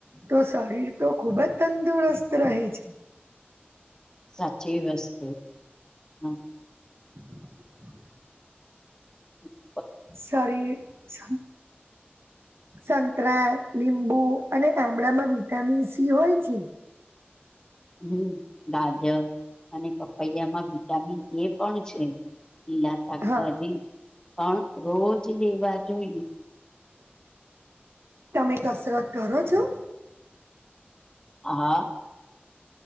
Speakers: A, on the right; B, on the left.
A: તો શરીર તો ખૂબ જ તંદુરસ્ત રહે છે.
B: સાચી વસ્તુ હમ.
A: હ.
B: હ
A: સારી સ સંતરા લીંબુ અને આબળામાં વિટામિન સી હોય છે.
B: હમ ગાજર અને પપૈયામાં વિટામિન એ પણ છે. લીલા શાકભાજી
A: હા
B: પણ રોજ લેવા જોઈએ
A: તમે કસરત કરો છો.
B: હા.